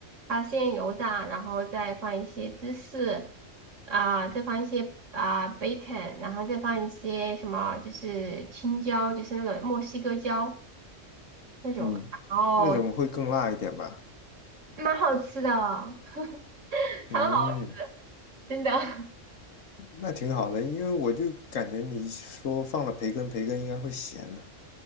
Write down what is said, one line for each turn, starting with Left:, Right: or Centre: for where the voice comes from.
Right: 它先油炸，然后再放一些芝士啊、再放一些啊、bacon，然后再放一些什么就是青椒，就是那种墨西哥椒那种的，
Left: 嗯，
Right: 然后
Left: 那种会更辣一点吧。
Right: 蛮好吃的，<laughs> 超好，
Left: 嗯，
Right: 真的。<laughs>
Left: 那挺好的，因为我就感觉你说放了培根，培根应该会咸呢。